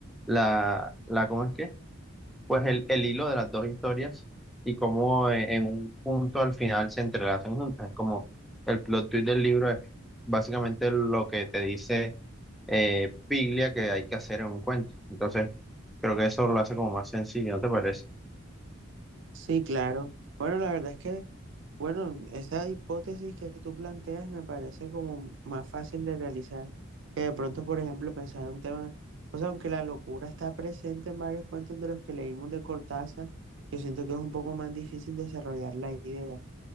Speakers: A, in the centre; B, on the right.
A: la, la, ¿cómo es que? pues el, el hilo de las dos historias y cómo eh, en un punto al final se entrelazan juntas. Es como el plot twist del libro es básicamente lo que te dice eh, Piglia que hay que hacer en un cuento. Entonces, creo que eso lo hace como más sencillo, ¿no te parece?
B: sí, claro. Bueno, la verdad es que... Bueno, esa hipótesis que tú planteas me parece como más fácil de realizar que de pronto, por ejemplo, pensar un tema, o sea, aunque la locura está presente en varios cuentos de los que leímos de Cortázar, yo siento que es un poco más difícil desarrollar la idea.